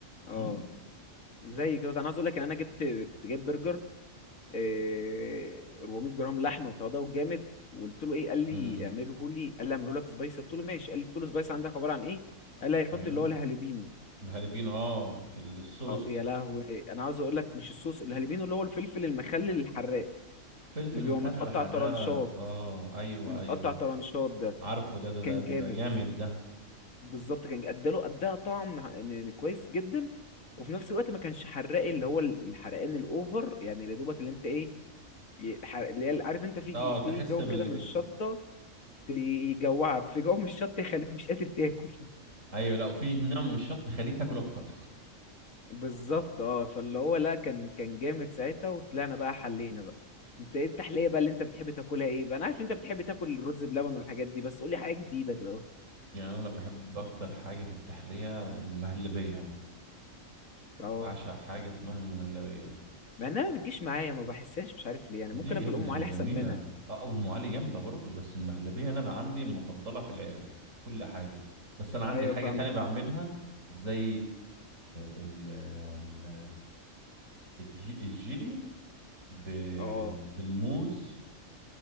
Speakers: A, on the left (about 80°); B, on the right (about 65°).
A: اه
B: امم
A: زي كده انا عاوز اقول لك ان انا جبت كنت جايب برجر إيه 400 جرام لحمه وتواضعه جامد وقلت له ايه قال لي
B: امم
A: اعمله لي قال لي اعمله لك سبايسي قلت له ماشي قال لي قلت له سبايسي عندك عباره عن ايه قال لي هيحط
B: ايوه
A: اللي هو الهالبينو
B: الهالبينو اه الصوص
A: اه يا لهوي انا عاوز اقول لك مش الصوص الهالبينو اللي هو الفلفل المخلل الحراق
B: فلفل
A: اللي
B: مخلل
A: بيبقى متقطع
B: حراق
A: طرنشات
B: اه ايوه
A: اللي متقطع
B: ايوه
A: طرنشات ده
B: عارفه ده ده ده
A: كان
B: بيبقى
A: جامد
B: جامد ده
A: بالظبط كان اداله اداها طعم ه- كويس جدا وفي نفس الوقت ما كانش حراق اللي هو ال- الحرقان الاوفر يعني يا دوبك اللي انت ايه ي- ح- اللي هي عارف انت في
B: اه
A: ج- في
B: تحس
A: جو
B: بال
A: كده من
B: بال
A: الشطه ت- يجوعك في جو من الشطه يخليك مش قادر تاكل <laughs>
B: ايوه لا وفي نوع من الشط يخليك تاكل اكتر
A: بالظبط اه فاللي هو لا كان كان جامد ساعتها وطلعنا بقى حلينا بقى انت ايه التحليه بقى اللي انت بتحب تاكلها ايه بقى انا عارف انت بتحب تاكل الرز بلبن والحاجات دي بس قولي حاجه جديده كده اهو
B: يعني انا بحب اكتر حاجه في التحليه المهلبيه
A: اه
B: بعشق حاجه اسمها المهلبيه
A: مع انها ما بتجيش معايا ما بحسهاش مش عارف ليه يعني
B: دي
A: ممكن اكل
B: يا ابني
A: ام
B: ده
A: علي
B: جميله
A: احسن منها
B: اه او ام علي جامده برضه بس المهلبيه انا بقى عندي المفضله في الع- كل حاجه بس انا عندي
A: ايوه
B: حاجه
A: فاهمك
B: تانية بعملها زي ال- ال- الجي- الجيلي ب-
A: اه
B: بالموز